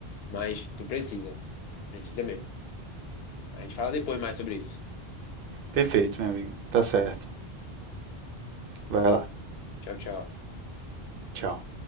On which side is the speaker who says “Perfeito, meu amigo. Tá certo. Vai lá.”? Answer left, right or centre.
Right